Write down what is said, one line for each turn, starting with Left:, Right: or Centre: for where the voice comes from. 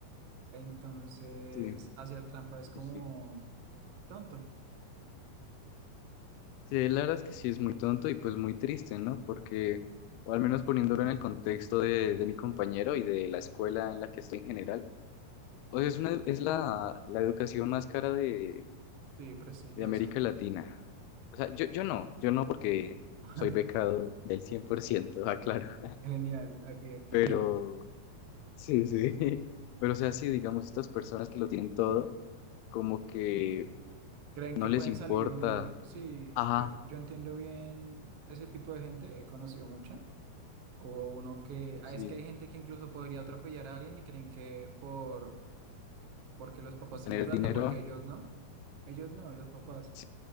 Right: Entonces,
Left: Sí,
Right: hacer trampa es como
Left: sí, sí.
Right: tonto,
Left: Sí, la verdad es que sí es muy tonto y pues muy triste, ¿no? Porque, o al menos poniéndolo en el contexto de, de mi compañero y de la escuela en la que estoy en general, o sea, es una, es la, la educación más cara de,
Right: sí, prestigioso.
Left: de América Latina. O sea, yo, yo no, yo no porque
Right: <laughs>
Left: soy becado del 100%, aclaro. <laughs>
Right: Genial, ok, ok.
Left: Pero, sí, sí. <laughs> Pero, o sea, sí, digamos, estas personas que lo tienen todo, como que
Right: ¿Creen
Left: no
Right: que pueden
Left: les importa,
Right: salir? Sí,
Left: ajá,
Right: yo, yo entiendo bien ese tipo de gente, he conocido mucha. O uno que, ah,
Left: sí,
Right: es que hay gente que incluso podría atropellar a alguien y creen que por, porque los papás tienen
Left: tener
Right: plata,
Left: dinero.
Right: porque ellos no, ellos no, los papás,
Left: Sí,